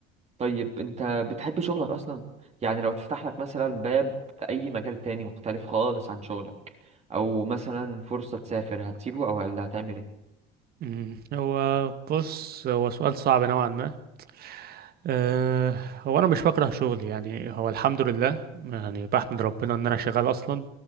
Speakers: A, on the right; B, on the right.
A: طيب انت بتحب شغلك اصلا يعني لو تفتح لك مثلا باب في اي مجال تاني مختلف خالص عن شغلك او مثلا فرصة تسافر هتسيبه او هل هتعمل ايه
B: امم هو بص هو سؤال صعب نوعا ما أه هو انا مش بكره شغلي يعني هو الحمد لله يعني بحمد ربنا ان انا شغال اصلا